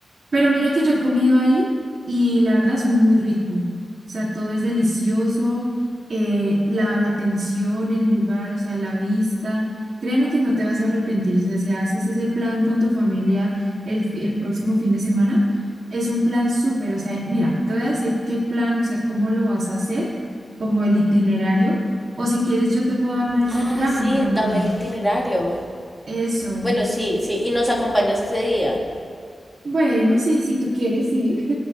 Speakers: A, on the right (about 60°); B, in the centre.
A: Pero mira que yo he comido ahí y la verdad es muy rico. O sea, todo es delicioso, eh, la, la atención, el lugar, o sea, la vista. Créeme que no te vas a arrepentir. O sea, si haces ese plan con tu familia el, fi- el próximo fin de semana, es un plan súper. O sea, mira, te voy a decir qué plan, o sea, cómo lo vas a hacer, como el itinerario. O si quieres, yo te puedo armar ese
B: Ah,
A: plan
B: sí,
A: también.
B: dame el itinerario.
A: Eso.
B: Bueno, sí, sí, y nos acompañas ese día.
A: Bueno, sí, si tú quieres, sí.